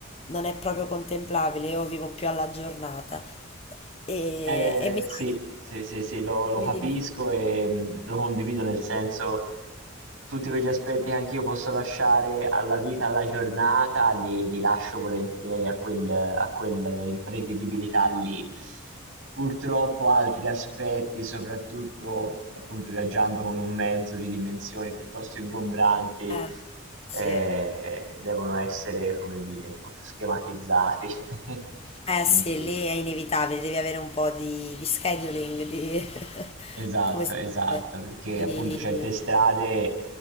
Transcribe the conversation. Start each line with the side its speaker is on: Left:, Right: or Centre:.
Left: non è proprio contemplabile, io vivo più alla giornata e,
Right: Eh,
Left: e mi sa
Right: sì, sì, sì, sì, lo, lo
Left: Dimmi,
Right: capisco
Left: dimmi.
Right: e mh, lo condivido nel senso tutti quegli aspetti che anch'io posso lasciare alla vita, alla giornata, li, li lascio volentieri a quel, a quelle imprevedibilità lì. Purtroppo altri aspetti, soprattutto appunto viaggiando con un mezzo di dimensioni piuttosto ingombranti,
Left: Eh, sì.
Right: eh, devono essere, come dire, un po' più schematizzati. <laughs>
Left: Eh
Right: Quindi
Left: sì, lì è inevitabile, devi avere un po' di, di scheduling, di... <laughs>
Right: Esatto,
Left: come si
Right: esatto,
Left: dice?
Right: perché
Left: Di...
Right: appunto certe strade,